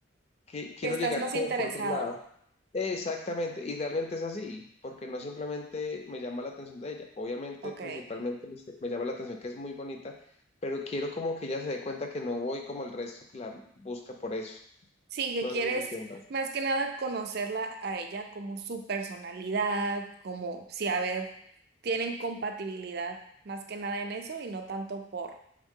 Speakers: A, on the left; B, on the right.
A: que quiero
B: que estás
A: llegar
B: más
A: como
B: interesado.
A: por otro lado. Exactamente, y realmente es así, porque no simplemente me llama la atención de ella, obviamente
B: Ok.
A: principalmente me, me llama la atención que es muy bonita, pero quiero como que ella se dé cuenta que no voy como el resto que la busca por eso,
B: Sí, que
A: no
B: quieres
A: sé si me entiendas.
B: más que nada conocerla a ella como su personalidad, como si, a ver, tienen compatibilidad más que nada en eso y no tanto por